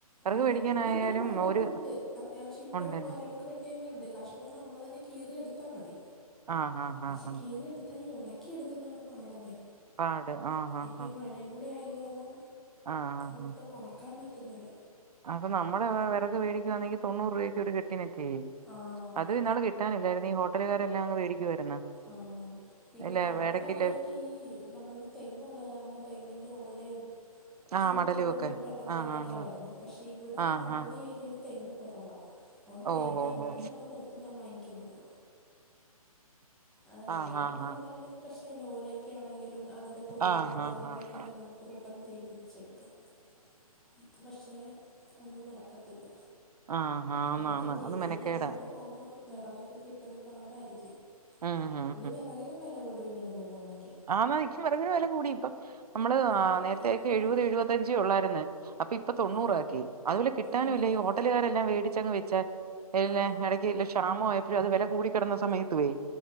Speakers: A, on the right; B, in the centre.
A: വെറക്
B: ആ
A: വേടിക്കാനയാലും
B: ഇവിടെ പിന്നെ വിറകുണ്ട്
A: ഒരു
B: അത്യാവശ്യം ഇപ്പഴും
A: ഉണ്ടല്ലേ
B: മരവൊക്കെ വെട്ടി യിണ്ട് കഷ്ണം നമ്മള് തന്നെ കീറിയെടുത്താ മതി
A: ആഹ് ആഹ്
B: പക്ഷെ
A: ആഹ് ആഹ്
B: കീറിയെട്ത്ത് അത്തരി ഉണക്കി എടുക്കുന്നതാണ് പാടന്നെ
A: കാട് ആഹ് ആഹ്
B: ഇപ്പ
A: ആഹ്
B: ഈ മഴയും കൂടെ ആയത് കാരണം
A: ആഹ് ആഹ്
B: ഒട്ടും
A: ആഹ്
B: ഒണക്കാൻ പറ്റുന്നില്ല
A: അപ്പൊ നമ്മള് വെറക് വേടിക്കുവാണെങ്കിൽ തൊണ്ണൂറ് രൂവയ്ക്ക് ഒരു കെട്ടിനൊക്കെയേ
B: ആ
A: അതിന്നാള് കെട്ട കിട്ടിനില്ലായിരുന്നു ഈ ഹോട്ടലുകാരെല്ലാം അങ്ങ് വേടിക്കുവായിരുന്നു
B: ആ പിന്നെ
A: ഇല്ല
B: ഞങ്ങളുടെ
A: എടക്കില്ലേ
B: അവിടെയൊക്കെ ഈ നമ്മള്ടെ തെങ്ങുള്ള കാരണം തെങ്ങിൻ്റെ ഓലേം
A: ആഹ്
B: ചൂട്ടുവൊക്കെ
A: മടലും ഒക്കെ
B: നമുക്ക് പെട്ടെന്ന്
A: ആഹ്
B: കത്തിക്കാവായിരുന്നു
A: ആഹ് ആഹ്
B: പക്ഷെ ഇവിടെ
A: ആഹ്
B: നമ്മളുടെ
A: ആഹ്
B: ഏരിയയില് തെങ്ങ് കൊറവാ അതുകൊണ്ട്
A: ഓ
B: തേങ്ങായും
A: ഓ
B: ഒക്കെ
A: ഓ
B: ഞങ്ങള് പൊറത്ത്ന്നാ വാങ്ങിക്കുന്നത് അതാണ്
A: ആഹ്
B: തെങ്ങെങ്കിലും
A: ആഹ്
B: ഉണ്ടായിരുന്നങ്കി പ്രശ്നല്യാ ഓലെയൊക്കെ ആണെങ്കിലും അതിന്റെ കൊതുമ്പോ
A: ആഹ്
B: കാര്യങ്ങളൊക്കെ
A: ആഹ് ആഹ്
B: ആണെ നമുക്ക് നമുക്ക് പെട്ടന്ന് തീ പിടിപ്പിച്ചെടുക്കാം ഇത് പഷേ ഒന്നും നടക്കത്തില്ല
A: ആഹ് ആഹ് ആന്ന്
B: ഞാൻ
A: ആന്ന്
B: പറഞ്ഞെ
A: അത്
B: ഇനി
A: മെനക്കേടാ
B: ഇനി അങ്ങോട്ട് പോമ്പം വെറകക്കെ കിട്ടല് പാടാരിക്കും
A: ഉം ഉം
B: ഇന്നി വെറകിനും വെല കൂടും ഇങ്ങനെ പോവാണെങ്കി
A: ആന്ന് ഇപ്പൊ വെറകിന് വെല കൂടി ഇപ്പം നമ്മള് ആഹ്
B: ആ
A: നേര്ത്ത്യൊക്കെ
B: ഇപ്പം
A: എഴുപത് എഴുപ ത്തഞ്ചെ ഒള്ളാര്ന്ന് അപ്പ ഇപ്പൊ തൊണ്ണൂറാക്കി
B: ആ
A: അതുപോല കിട്ടാനുല്ല
B: ആണല്ലേ
A: ഈ ഹോട്ടല്കാരെല്ലാം വേടിച്ചങ്ങ് വെച്ച ഇല്ല
B: ആ
A: എടക്കില്ല ക്ഷാമൊവായപ്പഴും അത് വെല കൂടിക്കെടന്ന സമയത്തുവേ